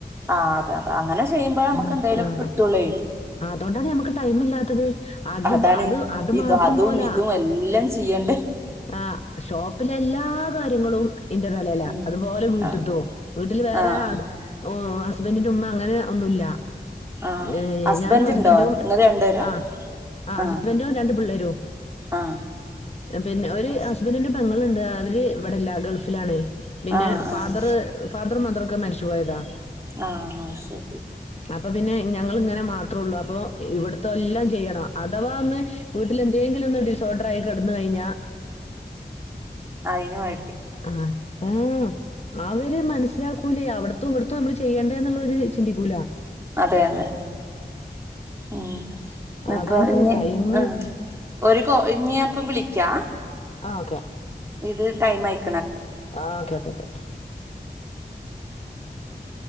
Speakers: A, on the right (about 15°); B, on the left (about 40°).
A: ആ അതേഅതാ അങ്ങനെ ചെയ്യുമ്പോഴാമുക്ക്
B: ഉം
A: എന്തേലുഒക്കെ
B: ആഹ്
A: കിട്ടൊള്ളേ
B: അതോണ്ടാണ് ഞമ്മക്ക് ടൈം ഇല്ലാത്തത് അത്
A: അതാണ്
B: അത് അത്
A: ഇത്
B: മാത്രം
A: അതും
B: പോലാ
A: ഇതും എല്ലാം ചെയ്യണ്ടേ
B: ആഹ് ഷോപ്പിലെ എല്ലാ കാര്യങ്ങളും ഇന്റെ തലേലാ
A: ഉം
B: അതുപോലെ വീട്ടിത്തോ
A: ആഹ്
B: വീട്ടിൽ വേറെ
A: ആഹ്
B: ആ ഓ ഹസ്ബൻ്റിൻ്റെ ഉമ്മ അങ്ങനെ ഒന്നൂല്ല
A: ആഹ്
B: ഞ്
A: ഹസ്ബൻഡ്
B: ഞാനും ഹസ്ബൻറും
A: ഇണ്ടോ ഇങ്ങള് രണ്ടുപേരാ
B: ആ ആ
A: ആഹ്
B: ഹസ്ബൻ്റും രണ്ടു പിള്ളേരും
A: ആഹ്
B: പിന്നെ ഒര്
A: ഹസ്
B: അസ് പെങ്ങള് ഉണ്ട് അവര് ഇവിടല്ല ഗൾഫിലാണ് പിന്നെ
A: ആഹ്
B: ഫാദറ്
A: ആഹ്
B: ഫാദറും മദറും ക്കെ മരിച്ചുപോയതാ
A: ആ അയ് ശെരി
B: അപ്പൊ പിന്നെ ഞങ്ങളിങ്ങനെ മാത്രോള്ളൂ അപ്പൊ ഇവിട്ത്തെ ഒല്ലാം ചെയ്യണം അഥവാ ഒന്ന് വീട്ടിലെന്തേങ്കിലും ഒന്ന് ഡിസോർട്രായിക്കിട് ടന്ന്കഴിഞ്ഞാ
A: ആയിന് ആ
B: ആ ഊം അവര് മനസ്സിലാക്കൂലേ അവിടുത്തും ഇവിടുത്തും നമ്മള് ചെയ്യേണ്ടേന്നുള്ളൊരു ചിന്തിക്കൂല
A: അതെ അതെ മ് അപ്പൊ
B: അതൊണ്ടാണ്
A: ഇനി
B: ടൈമ്
A: ആ ഒരു കോ ഇഞ്ഞി ഇപ്പം വിളി ക്യാ
B: ആ ഓക്കെ
A: ഇത് ടൈം ആയി
B: ആ ക്കെ ക്കേ ക്കെ
A: <unintelligible>